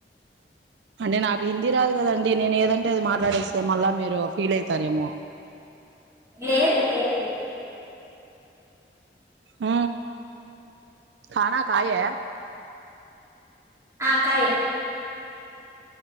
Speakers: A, on the right (about 85°); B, on the right (about 15°).
A: అంటే నాకు హిందీ రాదు కదండి నేను ఏదంటే అది మాట్లాడేస్తే మళ్ళా మీరు ఫీల్ అయితారేమో
B: లేదు లేదు
A: హ కానా కాయే
B: ఆ కయ